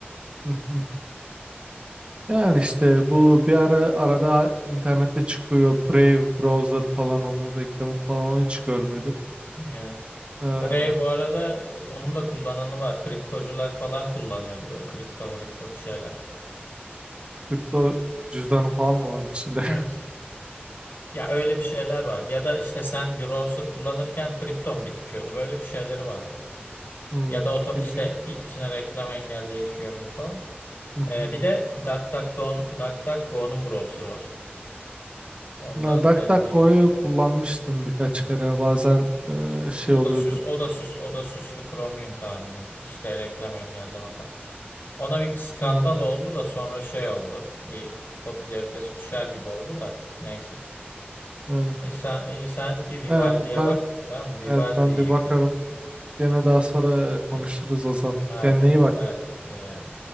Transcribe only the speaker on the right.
Hı hı. Yani işte bu bir ara arada internette çıkıyor Brave Browser falan onun reklamı falan onu hiç görmedim.
Ee,
kripto cüzdanı falan mı var içinde? <laughs>
Hmm,
ilgin-
Hı
hı.
Na,
DuckDuckGo'yu
kullanmıştım birkaç
kere bazen
e, şey
oluyordu.
Hmm,
Öyle.
Ee, ben
evet ben bir
bakarım. Gene
daha sonra e, konuşuruz
Ozan.
Kendine iyi bak.